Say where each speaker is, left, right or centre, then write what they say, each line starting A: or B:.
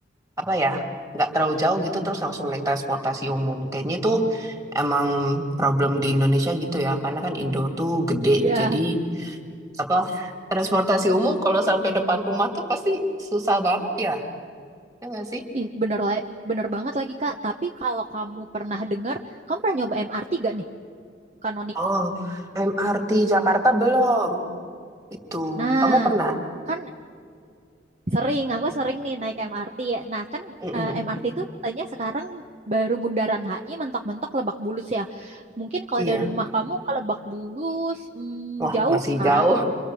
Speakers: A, on the right (about 15°); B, on the right (about 35°).
A: apa ya nggak terlalu jauh gitu terus langsung naik transportasi umum kayaknya itu emang problem di Indonesia gitu ya karena kan Indo tuh gede
B: Iya.
A: jadi apa transportasi umum kalau sampai depan rumah tuh pasti susah banget ya ya nggak sih
B: Ih, bener, la- bener banget lagi Kak. Tapi kalau kamu pernah dengar, kamu pernah nyoba MRT gak nih? Kanonik.
A: oh MRT Jakarta belum itu
B: Nah,
A: kamu pernah
B: kan sering, aku sering nih naik MRT ya. Nah, kan
A: Mm-mm.
B: eh, MRT itu rutenya sekarang baru Bundaran HI mentok-mentok Lebak Bulus ya. Mungkin kalau
A: iya
B: dari rumah kamu ke Lebak Bulus, hmm,
A: wah
B: jauh
A: masih
B: kan?
A: jauh